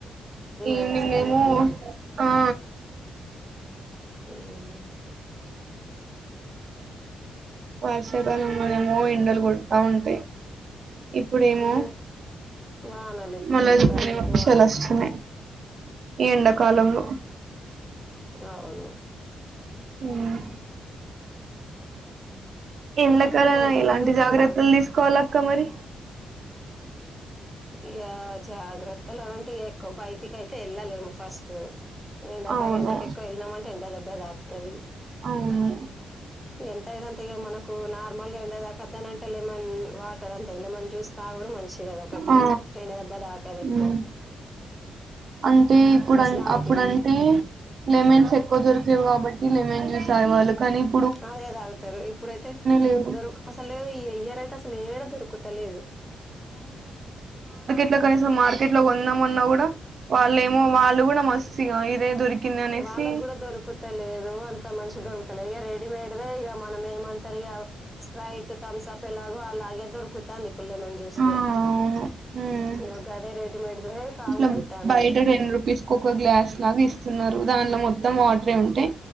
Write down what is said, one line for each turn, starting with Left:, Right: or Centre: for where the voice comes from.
Right: ఈవినింగ్
Centre: అయ్యేసరికి
Right: ఏమో
Centre: మొత్తం
Right: ఆ
Centre: ఉం
Right: వర్షాకాలంలనేమో ఎండలు కొడతా ఉంటాయి ఇప్పుడేమో
Centre: ఊ వానలు ఇప్పు
Right: మళ్ళా
Centre: ఎండ
Right: చూడని
Centre: కాలంకే
Right: వర్షాలు
Centre: వానల్
Right: వస్తున్నాయి ఈ ఎండాకాలంలో
Centre: అవును
Right: ఉమ్. ఎండా
Centre: ఇంకా మీ
Right: కాలం
Centre: ఇంట్లో
Right: ల
Centre: ఎంత
Right: ఎలాంటి
Centre: మంది ఉంటాల్రా
Right: జాగ్రత్తలు తీసుకోవాలి అక్క మరి
Centre: ఇగ జాగ్రత్తలు అంటే ఎక్కువ బయటికి అయితే వెళ్ళలేము ఫస్ట్ ఎండబ
Right: అవును
Centre: ఎండా ఎక్కవ ఎలినమంటే ఎండ దెబ్బ త తది
Right: అవును
Centre: ఎంతయితంత ఇగ మనకు నార్మల్ గా ఎండ తాకద్దానంటే లెమన్ వాటర్ అంతే లెమన్ జ్యూస్ తాగుడు మంచిది అదో తే
Right: ఆ
Centre: ఎండ దెబ్బ తాకదు ఎక్కు
Right: ఉమ్. అంటే ఇప్పుడు
Centre: లాంటివి
Right: అప్పుడంటే లెమెన్స్ ఎక్కువ దొరికేవి కాబట్టి లెమన్ జ్యూస్ తాగేవాళ్ళు కాని ఇప్
Centre: అదేతాగుతరు ఇప్పుడైతే
Right: లేవు
Centre: దొరుకు అసలు ఈ ఇయర్ అయితే అసలు ఏడ దొరుకుత లేదు
Right: ఇట్ల కనీసం మార్కేట్ లో కొందామన్నా కూడా ఏమో వాళ్ళు కూడా మస్తు ఇగ ఇదే దొరికింది అనేసి
Centre: వాళ్ళకు కూడా దొరకుతలేదు అంత మంచిగ దొరకుతలేదు ఇగ రెడిమేడ్ దే ఇగ మనం ఏమ టరిగ స్ప్రైట్ థంబ్స్ అప్ ఎలాగు అలాగే దొరుకుతాంది ఇప్పుడు లెమన్ జ్యూస్
Right: ఆ
Centre: కూడా
Right: అవును ఉమ్
Centre: ఇగొ గదే రెడీమేడ్ దె తాగుడు
Right: ఇట్లా
Centre: అయితంది
Right: బయట
Centre: ఇగ
Right: టెన్ రూపీస్ కు ఒక గ్లాస్ లాగా ఇస్తున్నరు దానిలో మొత్తం వాటరే ఉంటయి